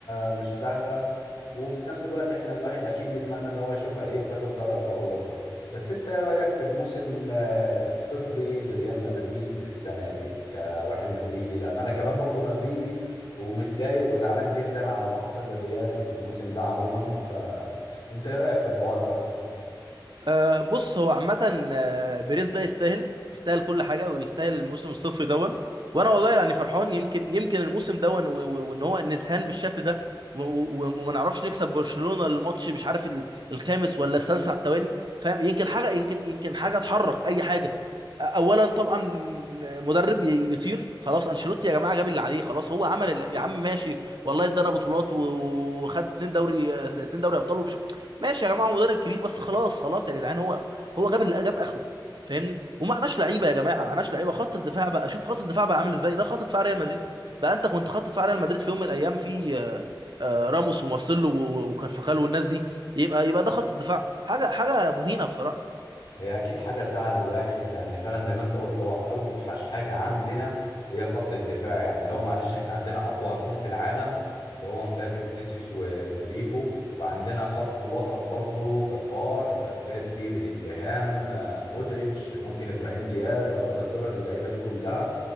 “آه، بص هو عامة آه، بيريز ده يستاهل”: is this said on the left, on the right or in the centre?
Right